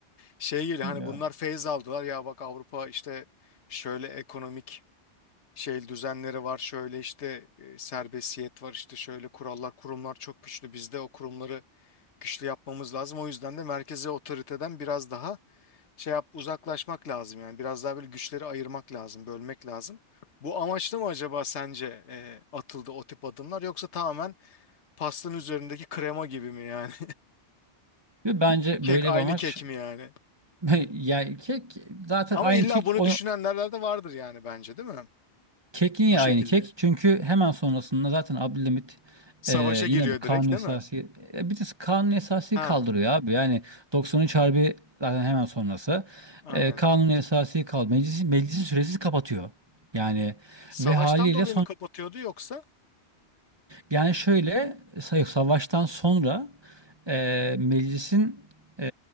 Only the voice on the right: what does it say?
Ya.
Ve bence
böyle
bir amaç
<laughs> yani kek zaten
aynı
kek
onu
kek niye
aynı kek? Çünkü hemen sonrasında zaten Abdülhamit
e,
yine bu kanun
esası
e, bir de kanun esası
kaldırıyor abi. Yani 93 Harbi zaten hemen sonrası.
E, kanun esası kaldı. Meclisi, meclisi süresiz kapatıyor. Yani
ve haliyle
Yani şöyle say- savaştan sonra e, meclisin e,